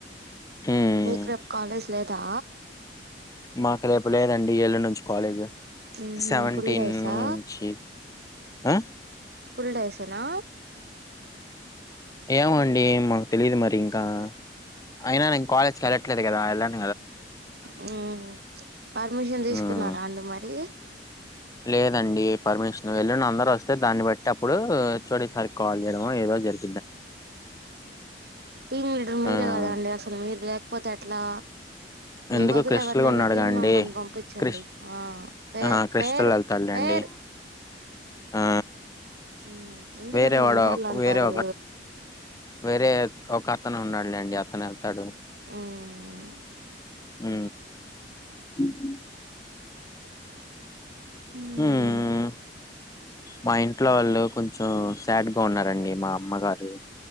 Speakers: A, on the left (about 20°); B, on the right (about 65°).
A: హ్మ్.
B: మీకు రేపు కాలేజ్ లేదా?
A: మాకు రేపు లేదండి ఏళ్ళ నుంచి, కాలేజ్
B: మ్హూ
A: సెవెంటీన్
B: ఫుల్ డేసా
A: నుంచి. ఆ
B: ఫుల్ డేసేనా
A: ఏమండి మాకు తెలీదు మరి ఇంకా అయినా నేను కాలేజ్కి కదా ఎ
B: ఓ పర్మిషన్ తీసుకున్నారా
A: హ్మ్.
B: అండి మరి
A: లేదండి పర్మిషన్ వెళ్ళండ అందరు వస్తే దాన్ని బట్టి అప్పుడు చేసారి కాల్ చేయము ఏదో జరిగింది.
B: టీమ్ లీల్డర్ మీరే
A: ఆ!
B: కదా అండి అసలు మీరు లేకపోతే అట్లా. మీ
A: ఎందుకు
B: బదులు
A: క్రిస్టల్
B: ఎవరినైనా
A: గా ఉన్నాడుగా
B: టీం
A: అండి
B: మెంబర్ని పంపించండి.
A: క్రిష్
B: ఆ పే
A: ఆ క్రిస్టల్
B: పేరు
A: వెళ్తాడులేండి
B: పేరు
A: ఆ
B: మ్ ఎందుకండి
A: వేరే వాడు,
B: ఎన్నిసార్లు అంటారు
A: వేరే ఒక వేరే ఒక అతను ఉన్నాడు. అండి అతన తడు
B: మ్
A: ఆ <unintelligible>
B: హ
A: ఉమ్ మా ఇంట్లో వాళ్ళు కొంచెం కొంచెం సాడ్గా ఉన్నారండి. మా అమ్మగారు